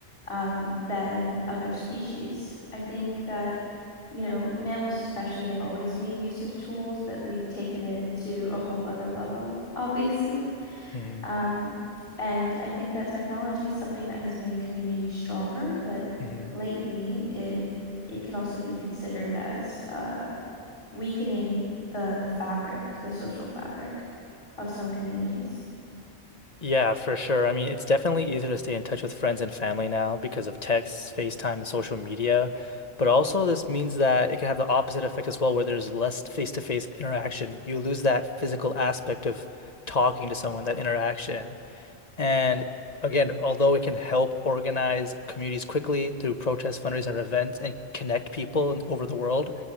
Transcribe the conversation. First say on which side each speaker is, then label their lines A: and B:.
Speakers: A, on the left; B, on the left.
A: um, than other species. I think that, you know, mammals especially have always made use of tools, but we've taken it to a whole other level, obviously.
B: hmm
A: Um, and I think that technology is something that has made communities stronger, but
B: hmm
A: lately it it could also be considered as uh, weakening the the fabric, the social fabric of some communities.
B: Yeah, for sure. I mean, it's definitely easier to stay in touch with friends and family now because of texts, FaceTime, and social media. But also, this means that it can have the opposite effect as well, where there's less face-to-face interaction. You lose that physical aspect of talking to someone, that interaction. And again, although it can help organize communities quickly through protests, fundraising, and events and connect people in- over the world,